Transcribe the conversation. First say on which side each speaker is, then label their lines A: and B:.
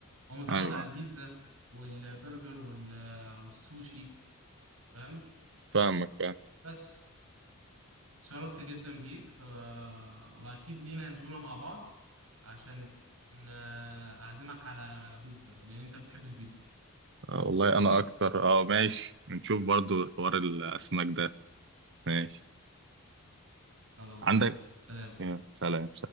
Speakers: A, on the right; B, on the right.
A: هو متعود
B: ايوه
A: على البيتزا والبرجر وال... والسوشي فاهم
B: فاهمك فاهم
A: بس شرفت جدا بيك آه، وأكيد لينا نزولة مع بعض عشان آه، أعزمك على بيتزا لأن أنت بتحب البيتزا
B: آه والله
A: تمام
B: انا اكتر اه ماشي نشوف برضو حوار الاسماك ده ماشي
A: خلاص
B: عندك
A: يلا سلام
B: يا سلام